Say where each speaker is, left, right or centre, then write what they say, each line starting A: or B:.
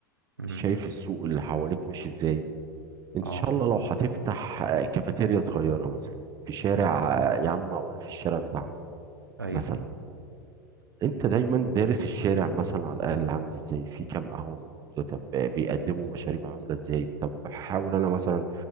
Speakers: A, on the right; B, on the right.
A: امم
B: شايف السوق اللي حواليك ماشي ازاي ان
A: اه
B: شاء الله لو هتفتح آه، كافيتيريا صغيرة مثلا في شارع آه، يا عم اقول في الشارع بتاعكم
A: ايوه
B: مثلا انت دايما دارس الشارع مثلا على الاقل عامل ازاي في كام قهوة موجودة طب بيقدموا مشاريب عاملة ازاي طب هحاول انا مثلا